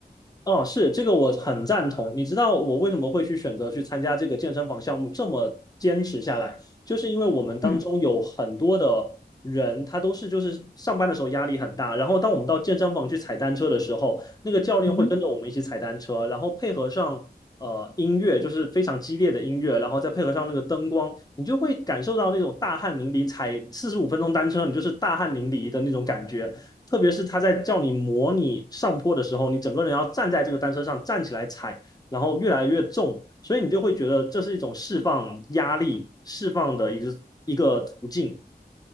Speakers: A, on the left (about 20°); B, on the left (about 75°).
A: 哦，是这个我很赞同。你知道我为什么会去选择去参加这个健身房项目，这么坚持下来，就是因为我们当中有很多的人，
B: 嗯
A: 他都是就是上班的时候压力很大，然后当我们到健身房去踩单车的时候，那个教练会跟着我们一起踩单车，
B: 嗯哼，
A: 然后配合上呃音乐，就是非常激烈的音乐，然后再配合上那个灯光，你就会感受到那种大汗淋漓，踩四十五分钟单车，你就是大汗淋漓的那种感觉。特别是他在叫你模拟上坡的时候，你整个人要站在这个单车上站起来踩，然后越来越重，所以你就会觉得这是一种释放压力、释放的一个一个途径。